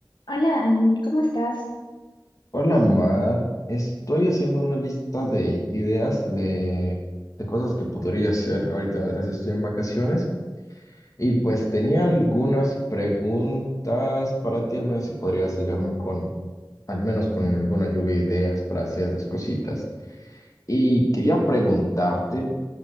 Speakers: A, on the left; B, on the left.
A: Hola Dani, ¿cómo estás?
B: Hola Mar, estoy haciendo una lista de ideas de, de cosas que podría hacer ahorita mientras estoy en vacaciones y pues tenía algunas preguntas para ti, al menos si podrías ayudarme con, al menos con alguna lluvia de ideas para hacer esas cositas. Y quería preguntarte